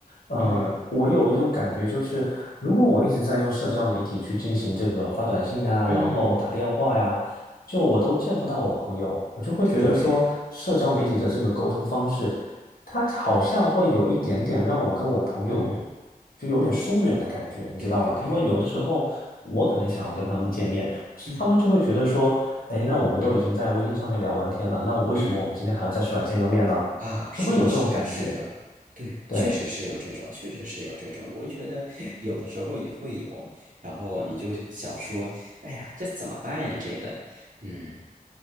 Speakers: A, on the left (about 70°); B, on the right (about 60°).
A: 呃，
B: 嗯
A: 我有一种感觉，就是如果我一直在用社交媒体去进行这个发短信啊，
B: 嗯，
A: 然后打电话呀，就我都见不到我朋友，我就会觉得说，
B: 对，
A: 社交媒体的这个沟通方式，它好像会有一点点让我跟我朋友
B: 嗯
A: 就有点疏远的感觉，你知道吗？
B: 对对对，
A: 因为有的时候我可能想要跟他们见面，但是他们就会觉得说。
B: 嗯
A: 诶，那我们都已经在微信上面聊完天了，
B: 嗯
A: 那为什么我们今天还要再出来见个面呢？
B: 嗯啊，
A: 就会有这种感觉。
B: 是的，是的，是的，对，
A: 对，
B: 确实是有这种，确实是有这种，我觉得 <laughs> 有的时候也会有，然后你就想说，哎呀，这怎么办呀？这个，嗯，